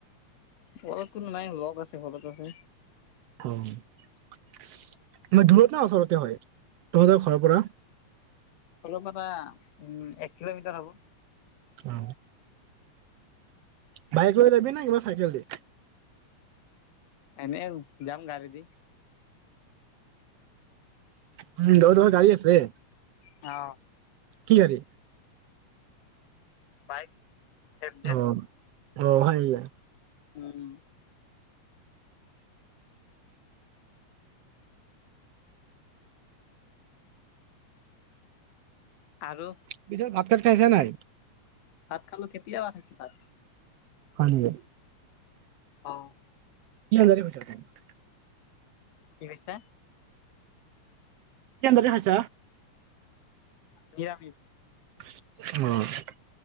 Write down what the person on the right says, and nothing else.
অ মে দূৰত না ওচৰতে হয় তহঁতৰ ঘৰৰ পৰা।
অ। বাইক লৈ যাবি না কিবা চাইকেল দি।
উ তহতৰ গাড়ী আছে।
কি গাড়ী।
অ অ হয় নেকি।
পিছত ভাত চাত খাইছা নাই।
হয় নিকি।
কি <unintelligible>
কি শাকেৰে খাইছা।
অ।